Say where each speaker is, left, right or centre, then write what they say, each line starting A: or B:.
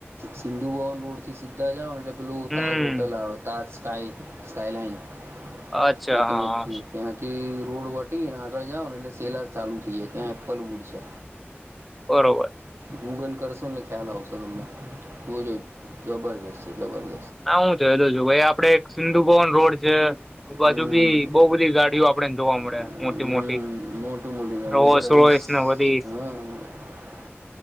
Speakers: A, on the right; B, in the centre.
A: સિંધુ ભવન રોડ થી સીધા જાવ એટલે એલું
B: હમ
A: તાજ હોટલ અવે તાજ સ્કાય સ્કાય <unintelligible>
B: અચ્છા
A: તે
B: હા
A: ત્યાં
B: હા.
A: થી ત્યાંથી. રોડ વટીંગને આગળ જાઓ ને એટલે સેલા ચાલુ થઈ જાય ત્યાં એ એપલવૂડ છે.
B: બરોબર.
A: ગૂગલ કરશો ને ખ્યાલ આવશો. બરોબર જોજો જબર રેશે જબરજ
B: હા હું જરૂર જોવું એ આપડે એક સિંધુ ભવન રોડ છે બાજુ
A: હમ
B: બી બઉ બધી ગાડીઓ આપડેને જોવા મળે
A: હમ
B: મોટી મોટી.
A: મોટું બધે
B: રોલ્સ રોયસ
A: રહીશ
B: ને બધી
A: હા.